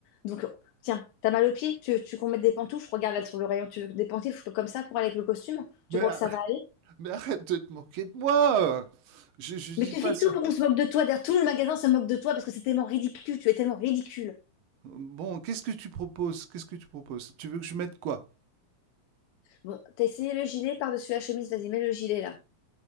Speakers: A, on the left; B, on the right.
A: Donc, tiens, t'as mal aux pieds? Tu, tu veux qu'on mette des pantoufles? Regarde là sur le rayon, tu veux des pantoufles comme ça pour aller avec le costume? Tu
B: Mais,
A: crois
B: ar-
A: que ça va aller?
B: mais arrête de te moquer de moi! euh. Je, je dis
A: Mais tu
B: pas
A: fais
B: ça.
A: tout pour qu'on se moque de toi, d'ailleurs tout le magasin se moque de toi parce que c'est tellement ridicule, tu es tellement ridicule.
B: Bon, qu'est-ce que tu proposes? Qu'est-ce que tu proposes? Tu veux que je mette quoi?
A: Bon, t'as essayé le gilet par-dessus la chemise, vas-y, mets le gilet là.